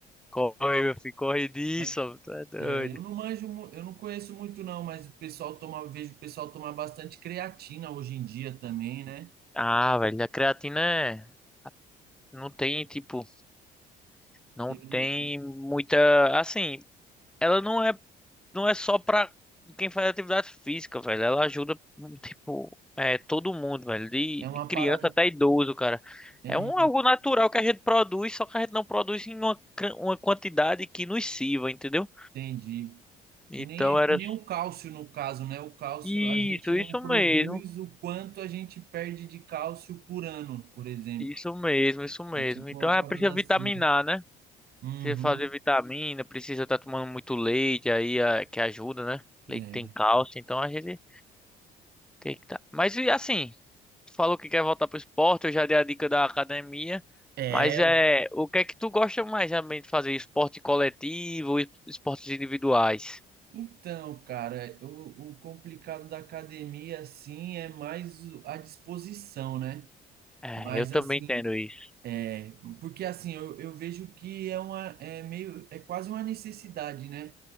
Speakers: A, in the centre; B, on the right.
A: Corre, meu filho, corre disso,
B: Mas,
A: ó, tu é doido.
B: é, eu não manjo, mu- eu não conheço muito não, mas o pessoal toma, vejo o pessoal tomar bastante creatina hoje em dia também, né?
A: Ah, velho, a creatina é... Não tem, tipo, não
B: Eu nem,
A: tem muita... Assim, ela não é não é só pra quem faz atividade física, velho. Ela ajuda, tipo, é, todo mundo, velho. De,
B: é
A: de
B: uma
A: criança
B: parada,
A: até idoso, cara.
B: é,
A: É um algo natural que a gente produz, só que a gente não produz em uma, can- uma quantidade que nos sirva, entendeu?
B: entendi.
A: Então
B: Que nem, que
A: era
B: nem o cálcio no caso, né? O cálcio,
A: isso,
B: a gente não
A: isso
B: produz
A: mesmo.
B: o quanto a gente perde de cálcio por ano, por exemplo.
A: Isso mesmo, isso mesmo.
B: É tipo
A: Então
B: uma
A: é,
B: parada
A: precisa vitaminar,
B: assim.
A: né?
B: Uhum,
A: Precisa fazer vitamina, precisa estar tomando muito leite aí, a- que ajuda, né? Leite
B: é.
A: tem cálcio, então a gente tem que tá. Mas e assim, tu falou que quer voltar pro esporte, eu já dei a dica da academia,
B: É,
A: mas é,
B: o-
A: o que é que tu gosta mais realmente de fazer? Esporte coletivo, ou es- esportes individuais?
B: Então, cara, o, o complicado da academia, assim, é mais o- a disposição, né?
A: É,
B: Mas,
A: eu também
B: assim,
A: entendo isso.
B: é, porque, assim, eu, eu vejo que é uma, é meio, é quase uma necessidade, né?